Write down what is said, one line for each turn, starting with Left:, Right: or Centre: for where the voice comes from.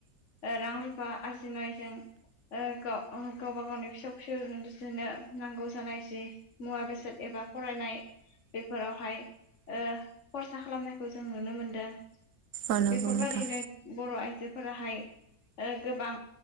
Left: ओ रां रुफा आरजिनायजों ओ गाव गावबा गावनि फिसौ फिसौ <unintelligible> नांगौ जानाय जि मुवा बेसाद एबा फरायनाय बेफोरावहाय ओ खरसा खालामनायखौ जों नुनो मोनदों।
Right: औ नंगौ
Left: बेफोरबादिनो
Right: नोंथां
Left: बर' आइ बे फोराहाय ओ गोबां